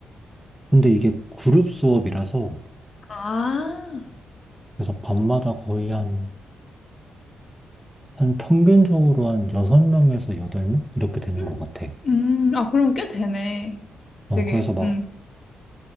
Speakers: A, in the centre; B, on the left (about 45°).
A: 근데 이게 그룹 수업이라서
B: 아,
A: 그래서 밤마다 거의 한, 한 평균적으로 한 6명에서 8명? 이렇게 되는
B: 음.
A: 것 같아.
B: 음. 아 그럼 꽤 되네. 되게
A: 어, 그래서 막
B: 음.